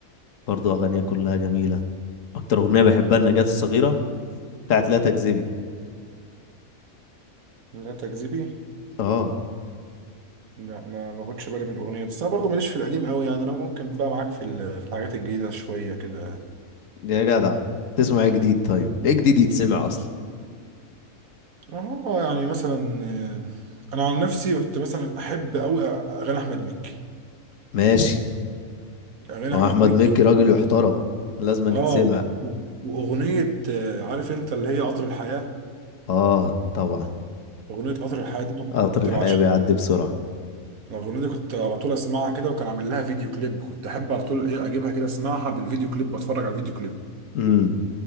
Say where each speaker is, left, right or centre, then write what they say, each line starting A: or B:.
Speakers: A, on the left; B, on the right.
A: برضو أغانيها كلها جميلة أكتر أغنية بحبها النجاة الصغيرة بتاعت لا تكذبي
B: لا تكذبي
A: اه
B: لا ما ما خدش بالي من الاغنيه دي بس انا برضه ماليش في القديم قوي يعني انا ممكن بقى معاك في ال- في الحاجات الجديده شويه كده
A: يا جدع تسمع ايه جديد طيب ايه جديد يتسمع أصلا
B: هو يعني مثلا آه، انا عن نفسي كنت مثلا احب قوي اغاني احمد مكي
A: ماشي
B: اغاني
A: ما
B: احمد
A: هو أحمد
B: مكي
A: مكي
B: دي
A: راجل يحترم لازم أن
B: اه
A: يتسمع
B: و- و- واغنيه آه، عارف انت اللي هي قطر الحياه
A: اه طبعا
B: اغنيه قطر الحياه دي أنا كنت
A: قطر الحياة
B: بعشقها
A: بيعدي بسرعة
B: الاغنيه دي كنت على طول اسمعها كده وكان عامل لها فيديو كليب كنت احب على طول ايه اجيبها كده اسمعها بالفيديو كليب واتفرج على الفيديو كليب
A: امم